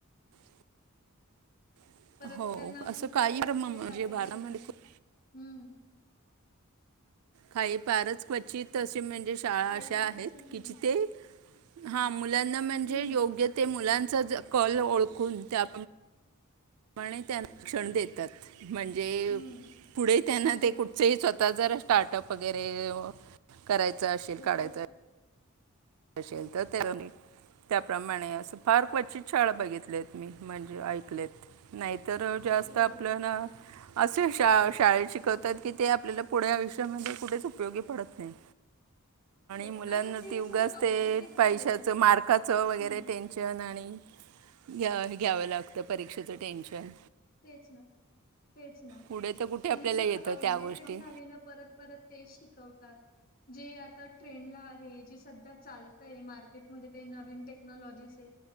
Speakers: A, on the right (about 80°); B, on the left (about 45°).
A: <inaudible>
B: परत
A: हो
B: त्यांना आपण
A: असं काही
B: प्रायव्ट
A: फार म-
B: मध्ये
A: म्हणजे
B: टाकायचे
A: भारतामध्ये
B: हम्म.
A: खूप- काही फारच क्वचित अ म्हणजे शाळा
B: पाहिजे
A: अशा आहेत
B: तसं नाहीये.
A: की जिथे हा. मुलांना म्हणजे
B: हम्म,
A: योग्य ते मुलांचा कल ओळखून त्या. म्हणे त्या शिक्षण देतात. म्हणजे
B: हम्म,
A: पुढे त्यांना
B: हम्म.
A: ते कुठचंही स्वतः जर. स्टार्टअप वगैरे करायचं असेल
B: हो,
A: काढायचं. असेल तर. त्याप्रमाणे असं फार क्वचित शाळा बघितल्यात मी म्हणजे ऐकलेत नाही. तर जास्त
B: हो.
A: आपल्याला. असे शा शाळेत शिकवतात की ते आपल्याला पुढे आयुष्यामध्ये कुठेच उपयोगी पडत नाही.
B: तेच
A: मुलांना
B: आणि ते
A: ती उगाच
B: सगळं.
A: ते
B: आउटडेटेड झालेलं
A: पैशाचं
B: आहे.
A: मार्काचं वगैरे
B: हम्म,
A: टेन्शन आणि आणि घ्या घ्यावं लागतं परीक्षेचं टेन्शन.
B: तेच ना तेच ना.
A: पुढे तर कुठे आपल्याला
B: आणि सगळं
A: येतं
B: आउटडेटेड
A: त्या गोष्टी
B: झालेलं परत परत तेच शिकवतात जे आता ट्रेंडला आहे जे सध्या चालतय मार्केटमध्ये काही नवीन टेक्नॉलॉजीस आहे